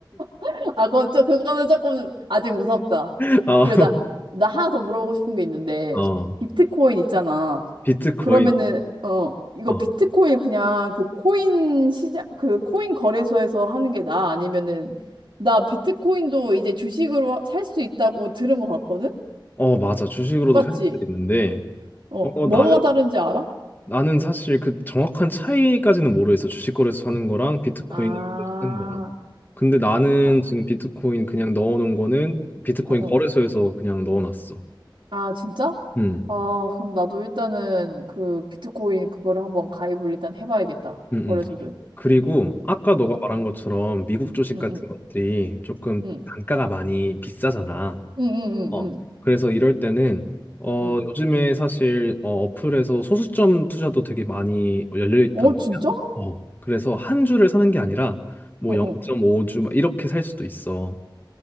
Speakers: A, on the right; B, on the left.
A: <laughs> 아, 그건 좀, 그거는 조금 아직 무섭다.
B: <laughs>
A: 그리고 나, 나 하나 더 물어보고 싶은 게 있는데,
B: 어, 어,
A: 비트코인 있잖아.
B: 비트코인.
A: 그러면은 어 이거
B: 어,
A: 비트코인 그냥 그 코인 시장 그 코인 거래소에서 하는 게 나아? 아니면은 나 비트코인도 이제 주식으로 살 수 있다고 들은 것 같거든?
B: 어, 맞아. 주식으로도
A: 맞지?
B: 살 수 있는데,
A: 어
B: 어, 어,
A: 뭐가
B: 나,
A: 다른지 알아?
B: 나는 사실 그 정확한 차이까지는 모르겠어. 주식 거래소 사는 거랑 비트코인
A: 아,
B: 사는 거랑. 근데 나는
A: 아,
B: 지금 비트코인 그냥 넣어놓은 거는 비트코인
A: 어, 어.
B: 거래소에서 그냥 넣어놨어.
A: 아, 진짜?
B: 음,
A: 아, 그럼 나도 일단은 그 비트코인 그거를 한번 가입을 일단 해봐야겠다.
B: 음, 음.
A: 거래소를.
B: 그리고 아까 너가
A: 응,
B: 말한 것처럼 미국 주식
A: 응,
B: 같은
A: 응,
B: 것들이 조금
A: 응,
B: 단가가 많이 비싸잖아.
A: 응, 응,
B: 어.
A: 응, 응.
B: 그래서 이럴 때는 어
A: 응.
B: 요즘에 사실 어, 어플에서 소수점 투자도 되게 많이 열려 있단
A: 어,
B: 말이야.
A: 진짜?
B: 어. 그래서 한 주를 사는 게 아니라 뭐
A: 어, 어.
B: 0.5주 막 이렇게 살 수도 있어.